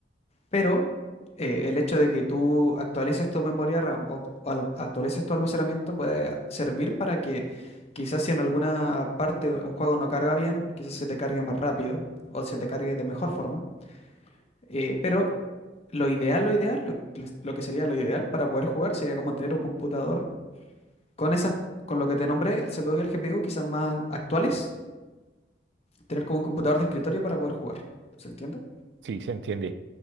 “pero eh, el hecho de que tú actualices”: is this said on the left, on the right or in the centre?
Left